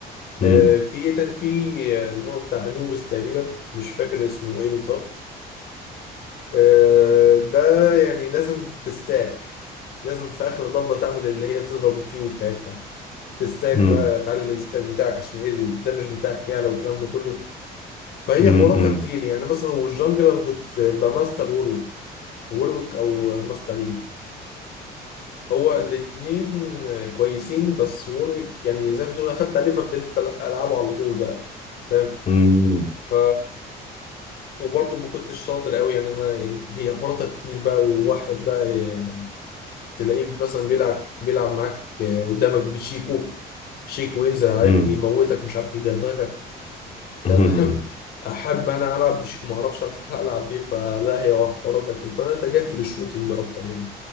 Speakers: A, on the left (about 40°); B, on the left (about 70°).
A: مم.
B: آه، في ايه تاني في آه، اللي هو بتاع انوبس تقريبا مش فاكر اسمه ايه بالظبط آه، ده يعني لازم تستاك لازم في اخر ضربه تعمل اللي هي تضرب الكيو بتاعتها تستاك
A: مم.
B: بقى تعلي الستاك بتاعك عشان ايه ده مش بتاعك يعلى والكلام ده كله فهي
A: مم.
B: حواراتها كتير يعني مثلا والجنجل انا كنت بماستر وورويك وورويك او ماستر يي هو الاثنين كويسين بس وورويك يعني زي ما تقول اخدت عليه فابتديت العبه على طول بقى فاهم
A: مم.
B: ف وبرضه ما كنتش شاطر قوي يعني انا يعني هي حراطه كتير بقى وواحد بقى ي- تلاقيه مثلا بيلعب بيلعب معاك آه، قدامك بشيكو شيكو ينزل عليك
A: مم.
B: يموتك مش عارف يجرزك
A: مم.
B: تمام <laughs> احب انا العب بشيكو ما اعرفش <laughs> العب بيه فلا هي حراطه كتير فانا اتجهت للشوتينج اكتر يعني